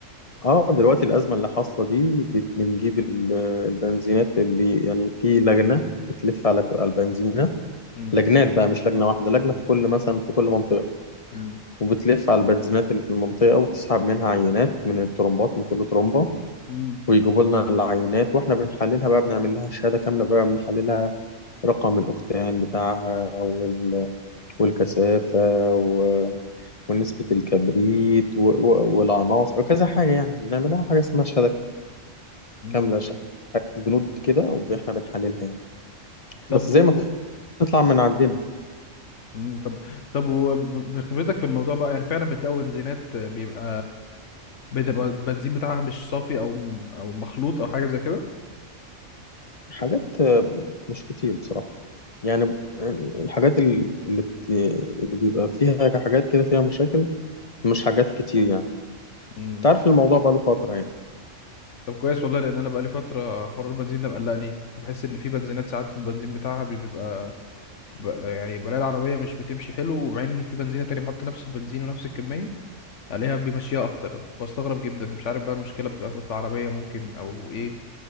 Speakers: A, on the left; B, on the left.
A: اه دلوقتي الأزمة اللي حاصلة دي بت- بنجيب ال- البنزينات اللي يعني في لجنة بتلف على كل- على البنزينة
B: مم.
A: لجنات بقى مش لجنة واحدة لجنة في كل مثلا في كل منطقة
B: مم.
A: وبتلف على البنزينات اللي في المنطقة وتسحب منها عينات من الترمبات من كل ترمبة
B: مم.
A: ويجيبوا لنا العينات واحنا بنحللها بقى بنعمل لها شهادة كاملة بقى بنحللها رقم الأوكتان بتاعها وال... والكثافة و... ونسبة الكبريت و... و... والعناصر وكذا حاجة يعني بنعملها حاجة اسمها شهادة
B: مم.
A: كاملة ش... بنود كده واحنا بنحللها يعني بس
B: طب
A: زي
B: و...
A: ما تطلع من عندنا
B: مم، طب طب وبخبرتك في الموضوع بقى يعني فعلا بتلاقوا بنزينات بيبقى بتبقى البنزين بتاعها مش صافي او م- او مخلوط او حاجه زي كده
A: حاجات آه، مش كتير بصراحة يعني الحاجات ال- اللي بت... اللي بيبقى فيها حاجات كده فيها مشاكل مش حاجات كتير يعني
B: مم.
A: انت عارف الموضوع بقاله فترة يعني
B: طب كويس والله لان انا بقى لي فتره حوار البنزين ده مقلقني وبحس ان في بنزينات ساعات البنزين بتاعها بيبقى ب- يعني بلاقي العربية مش بتمشي حلو ومع ان في بنزينة تانية بحط نفس البنزين ونفس الكمية عليها بيمشيها اكتر بستغرب جدا مش عارف بقى المشكلة بتبقى في العربية ممكن او ايه